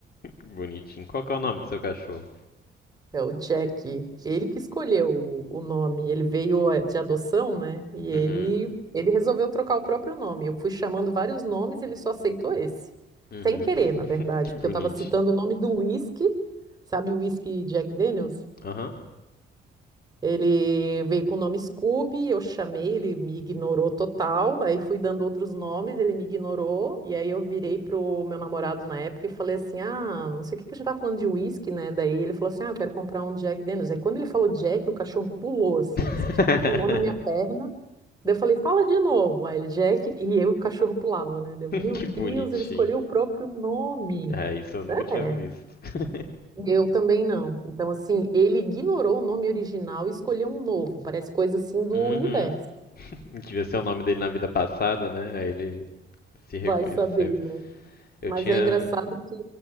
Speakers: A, on the left (about 50°); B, on the right (about 20°).
A: Bonitinho. Qual que é o nome do seu cachorro?
B: É o Jack, ele que escolheu o o nome, ele veio eh, de adoção, né? E ele,
A: Uhum.
B: ele resolveu trocar o próprio nome. Eu fui chamando vários nomes, e ele só aceitou esse.
A: Uhum.
B: Sem querer, na verdade, porque
A: Boni...
B: eu estava citando o nome do whisky, sabe o whisky Jack Daniels?
A: Aham.
B: Ele veio com o nome Scooby, eu chamei, ele me ignorou total. Aí fui dando outros nomes, ele me ignorou. E aí eu virei pro meu namorado na época e falei assim: Ah, não sei o que que a gente tá falando de uísque, né? Daí ele falou assim: Ah, eu quero comprar um Jack Daniels. Aí quando ele falou Jack, o cachorro pulou, assim,
A: <laughs>
B: simplesmente pulou na minha perna. Daí eu falei: Fala de novo. Aí ele, Jack, e eu, o cachorro pulava, né? Deu, meu
A: Que
B: Deus,
A: bonitinho.
B: ele escolheu o próprio nome.
A: É, isso eu nunca tinha
B: É.
A: visto. <laughs>
B: Eu também não. Então, assim, ele ignorou o nome original e escolheu um novo. Parece coisa assim do
A: Uhum.
B: universo.
A: Devia ser o nome dele na vida passada, né? Aí ele se reconheceu.
B: Vai saber, né?
A: Eu
B: Mas
A: tinha.
B: é engraçado que